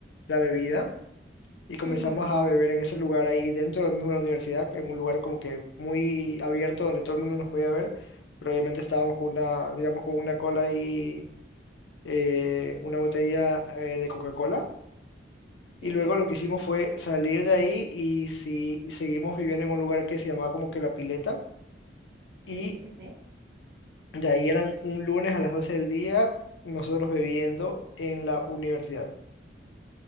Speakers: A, on the left; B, on the right.
A: la bebida y comenzamos
B: ujú,
A: a beber en ese lugar ahí dentro del mismo de la universidad, que en un lugar como que muy abierto donde todo el mundo nos podía ver. Pero obviamente estábamos con una, digamos, con una cola ahí eh, una botella eh, de Coca-Cola.
B: Sí,
A: Y luego lo que hicimos fue salir de ahí y, sí- y seguimos viviendo en un lugar que se llamaba como que La Pileta.
B: Sí,
A: Y
B: sí, sí.
A: de ahí eran un lunes a las 12 del día nosotros bebiendo en la universidad.